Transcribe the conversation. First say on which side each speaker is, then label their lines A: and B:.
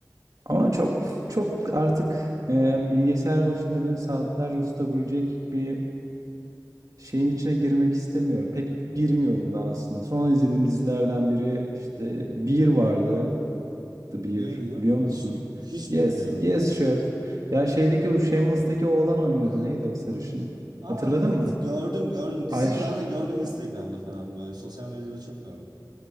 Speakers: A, on the right; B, on the right.
A: Ama çok çok artık e, bilgisayar başında beni saatlerce tutabilecek bir şeyin içine girmek istemiyorum. Pek girmiyorum da aslında. Son izlediğim dizilerden biri işte Bir vardı. The Bear
B: Bir mi?
A: biliyor musun?
B: Hiç bi- hiç
A: Yes,
B: bilmiyorum.
A: yes chef. Ya şeydeki o Shameless'taki oğlan oynuyordu.
B: Aha,
A: Neydi o sarışın?
B: aha. Aa
A: Hatırladın
B: evet
A: mı?
B: gördüm gördüm. Diziyi
A: Ay, ş-
B: ben de gördüm Instagram'da falan böyle. Sosyal medyada çok gördüm.